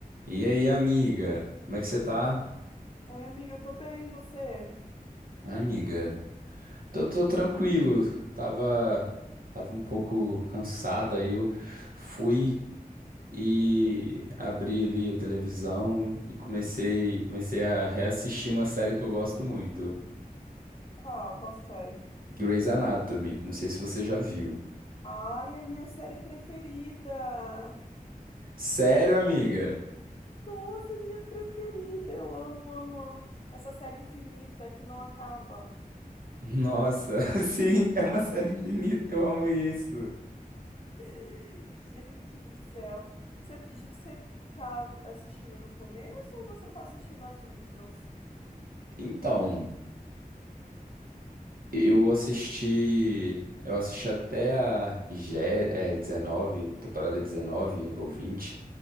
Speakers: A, on the right; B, on the left.
A: E aí, amiga? Como é que você tá?
B: Oi, amiga, eu tô bem, e você?
A: Ah, amiga, tô, tô tranquilo. Tava, tava um pouco cansado, aí eu fui e abri ali a televisão e comecei, comecei a reassistir uma série que eu gosto muito,
B: Qual? Qual série?
A: Grey's Anatomy. Não sei se você já viu.
B: Ai, é a minha série preferida!
A: Sério, amiga?
B: Nossa, é minha preferida! Eu amo, amo, amo essa série infinita que não acaba.
A: Nossa, <laughs> sim, é uma série infinita, eu amo isso.
B: <laughs> Gente do céu! Você, você tá assistindo do começo ou você tá assistindo as últimas?
A: Então, Eu assisti. Eu assisti até a vigé- é, 19, temporada 19 ou 20.